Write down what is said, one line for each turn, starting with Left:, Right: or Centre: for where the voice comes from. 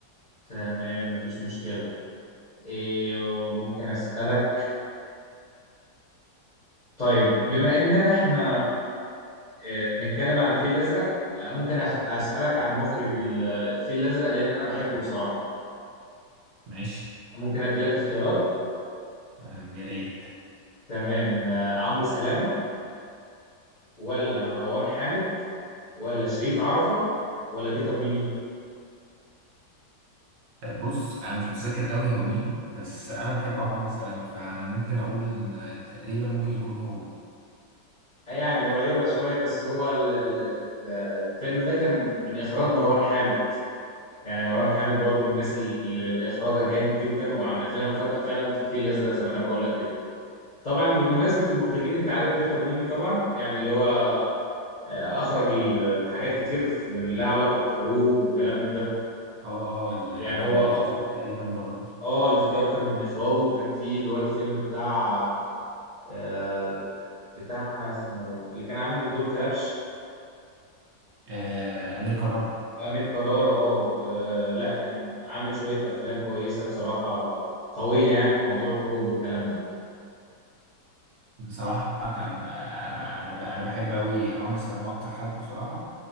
Left: تمام مفيش مشكله إيه ممكن أسألك طيب بما إننا إحنا آه، بنتكلم عن الفيل الأزرق آه، ممكن أخ- أسألك عن مخرج ال- الفيل الأزرق لأن أنا بحبه بصراحة
Right: ماشي
Left: ممكن أدي لك اختيارات
Right: أم، يا ريت
Left: تمام آه، عمرو سلامة ولا مروان حامد ولا شريف عرفة ولا بيتر ميمي
Right: آه، بص انا مش متذكر قوي هو مين بس انا بحب عمرو سلامه فانا ممكن اقول إن تقريبا ممكن يكون هو
Left: آه، يعني قريبة شوية بس هو ال- ال- ال- الفيلم ده كان من إخراج مروان حامد يعني مروان حامد برضو من الناس اللي اللي إخراجها جامد جدا وعملت لنا مفاجأة فعلا في الفيل الأزرق زي ما أنا بقول لك كده طبعا بمناسبة المخرجين انت عارف بيتر ميمي طبعا يعني اللي هو آه، اخرج ال- الحاجات كتير في- لها علاقة بالحروب والكلام من ده
Right: اه اه ال-
Left: يعني
Right: كان
Left: هو
Right: الاختيار
Left: أك...
Right: تقريبا برضو
Left: اه الاختيار كان من اخراجه وكان فيه اللي هو الفيلم بتاع آه، بتاع اسمه اللي كان عامل دور كلبش
Right: آه امير كرارة
Left: امير كرارة اه آه، لا كان عامل شوية افلام كويسة بصراحة قوية يعني في موضوع الحروب والكلام ده
Right: بصراحه كان آه، انا انا ب- انا بحب قوي عمرو سلامه اكتر حد بصراحه